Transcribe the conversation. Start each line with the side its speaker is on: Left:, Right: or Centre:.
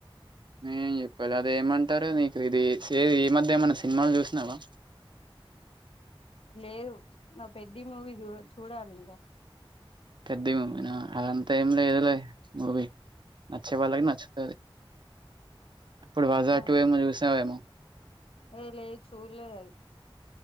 Right: నేం చెప్పాలి అదే మంటరు నీకు ఇది సేరు ఈ మధ్య ఏమన్నా సిన్మాలు చూస్నవా
Left: లేదు నా పెద్ధి మూవీ చూ చూడాలి ఇంకా
Right: పెద్ధి మూవీ న అదంతా ఏం లేదులే మూవీ నచ్చే వాళ్ళకి నచ్చుతది ఇప్పుడు వజా
Left: ఆ
Right: టు ఏమో చూసావేమో
Left: ఏ లే చూలే అది